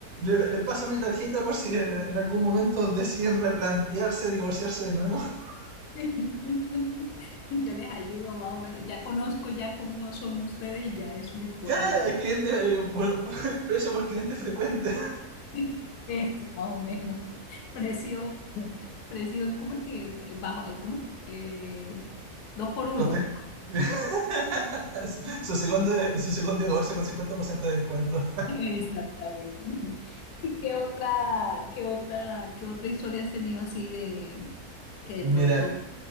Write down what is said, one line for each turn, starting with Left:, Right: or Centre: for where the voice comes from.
Right: Les le paso mi tarjeta por si en, en, algún momento deciden replantearse, divorciarse de nuevo. <laughs>
Left: divorciarme. Y yo les ayudo más o menos. Ya conozco ya cómo son ustedes y ya eso les puedo
Right: Claro,
Left: ayudar.
Right: el cliente, eh, por, por, precio por cliente frecuente.
Left: <laughs> Eso, más o menos. Precio, precio, ¿cómo es? Este, Bajo, ¿cómo es? Eh, dos por uno.
Right: Con des... <laughs> su, segundo, su segundo divorcio con 50% de descuento.
Left: <laughs> Exactamente. ¿Y qué otra, qué otra, qué otra historia has tenido así de que de
Right: Mira,
Left: pronto?